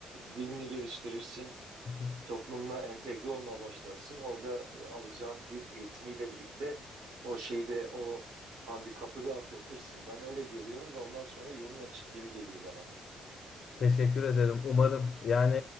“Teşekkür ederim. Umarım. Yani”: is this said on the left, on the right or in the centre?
Left